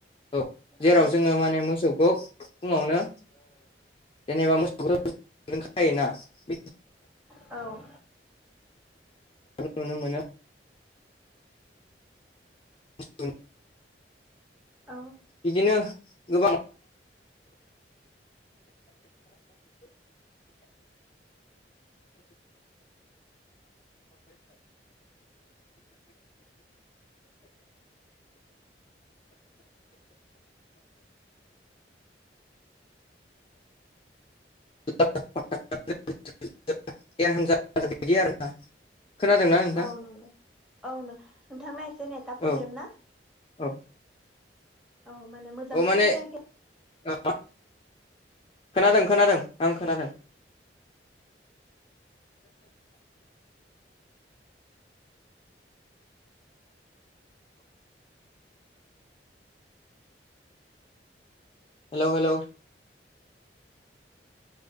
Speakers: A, on the left; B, in the centre.
A: औ जेराव
B: औ
A: जोङो माने मोसौखौ फुङावनो जेनेबा मोसौखौ खायोना बेखौ
B: औ
A: नुनो मोनो <unintelligible>
B: औ
A: बिदिनो गोबां <unintelligible> खोनादोंना नोंथां
B: औ नंगौ औनो नोंथांना एसे नेटा प्रब्लेम
A: औ
B: ना
A: औ
B: औ माने मोजां
A: माने
B: खोनाफैयाखै
A: औ खोनादों खोनादों आं खोनादों
B: <inaudible>
A: हेल' हेल'